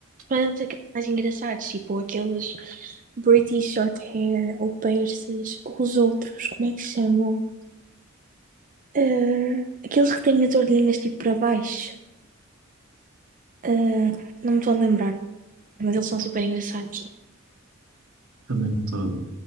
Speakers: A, on the right; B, on the right.
A: Mas aqueles mais engraçados, tipo aqueles British short hair ou persas, ou os outros, como é que se chamam? Eh, aqueles que têm as orelhinhas tipo para baixo. Eh, não me estou a lembrar, mas eles são super engraçados.
B: Também não estou